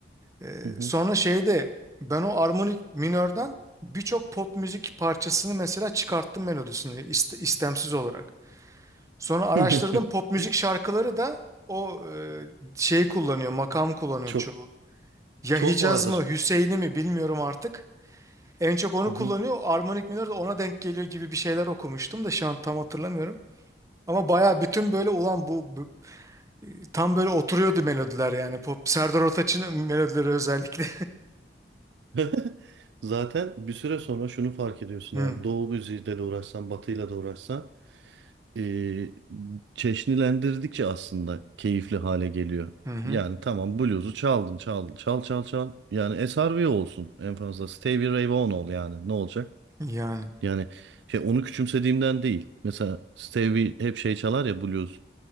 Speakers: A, on the right; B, on the right.
A: Ee,
B: Hı hı.
A: sonra şeyde ben o armonik minörden birçok pop müzik parçasını mesela çıkarttım melodisini iste- istemsiz olarak. Sonra araştırdım
B: <laughs>
A: pop müzik şarkıları da o e, şeyi kullanıyor, makam kullanıyor
B: Çok
A: çoğu. Ya
B: çok
A: Hicaz
B: vardır.
A: mı, Hüseyin'i mi bilmiyorum artık. En çok onu
B: Hı hı.
A: kullanıyor. Armonik minör de ona denk geliyor gibi bir şeyler okumuştum da şu an tam hatırlamıyorum. Ama baya bütün böyle ulan bu, bu- tam böyle oturuyordu melodiler yani pop Serdar Ortaç'ın melodileri özellikle.
B: <laughs> Zaten bir süre sonra şunu fark
A: <laughs>
B: ediyorsun
A: Hı
B: abi. Doğu müziğiyle de uğraşsan, batıyla da uğraşsan e, çeşnilendirdikçe aslında keyifli hale geliyor.
A: hı. hı.
B: Yani tamam bluzu çaldın, çaldın. Çal çal çal. Yani SRV olsun en fazla. Stevie Ray Vaughan ol yani. Ne olacak?
A: Yani
B: Yani şey onu küçümsediğimden değil. Mesela Stevie hep şey çalar ya blues.